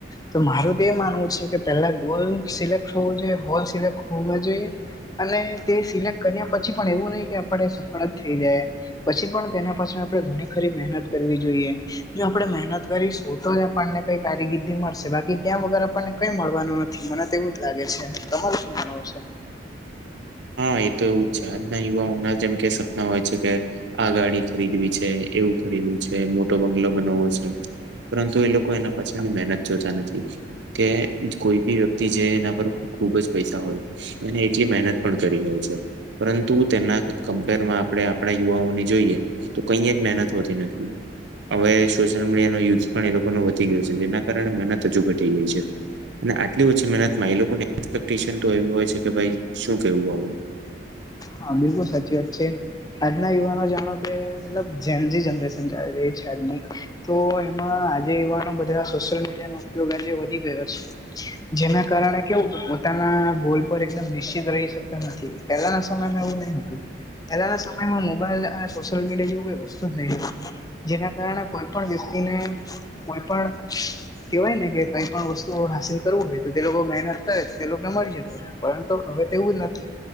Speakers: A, on the left; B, on the right.
A: તો મારું તો એ માનવું છે કે પેલા ગોલ સિલેક્ટ હોવું જોઈએ ગોલ સિલેક્ટ હો જોઈએ. અને તે સિલેક્ટ કર્યા પછી પણ એવું નહી કે આપડે સફળ જ થઈ જાય. પછી પણ તેના પાછળ આપણે ઘણી ખરી મહેનત કરવી જોઈએ. જો આપણે મહેનત કરીશું તો જ આપણને કઈ કારગિર્દી મળશે બાકી ત્યાં વગર આપણને કઈ મળવાનું નથી મને તેવું જ લાગે છે તમારે શું માનવું છે.
B: હા એ તો એવું જ છે આજના યુવાઓના જેમ કે સપના હોય છે કે આ ગાડી ખરીદવી છે એવું ખરીદવું છે મોટો બંગલો બનાવો છે. પરંતુ એ લોકો એના પછાડી મહેનત જોતા નથી. કે કોઈ બી વ્યક્તિ છે એના પર ખુબ જ પૈસા હોય અને જે મહેનત પણ કરી હોય છે પરંતુ તેના કમ્પેરમાં આપણે આપણા યુવાઓને જોઈએ તો કઈ જ મહેનત હોતી નથી. હવે સોશિયલ મીડિયા નો યુઝ પણ એ લોકોનો વધી ગયો છે જેના કારણે મહેનત હજુ ઘટી ગઈ છે. અને આટલી ઓછી મહેનતમાં એ લોકો એક્સપેક્ટન તો એ હોય છે કે ભાઈ શું કેવું આવુ.
A: હા બિલકુલ સાચી વાત છે. આજના યુવાનો જાણો કે મતલબ જૈનજી જનરેશન ચાલી રહી છે આજની. તો એમાં આજે યુવાનો બધા સોશિયલ મીડિયાનો ઉપયોગ આજે વધી ગયો છે. જેના કારણે કેવું પોતાના ગોલ પર એકદમ નિશ્ચિત રહી શકતા નથી પેલા સમયમાં એવું નહી હતું પહેલાના સમયમાં મોબાઈલ અને સોશિયલ મીડિયા જેવું કોઈ વસ્તુ જ નહી રહેતું. જેના કારણે કોઈ પણ વ્યક્તિને કોઈ પણ કેહેવાય ને કે કઈ પણ વસ્તુ હાસિલ કરવું હોય તો તે લોકો મહેનત થાય તો તે લોકોને મળી જતું <unintelligible> પરંતુ હવે તેવું જ નથી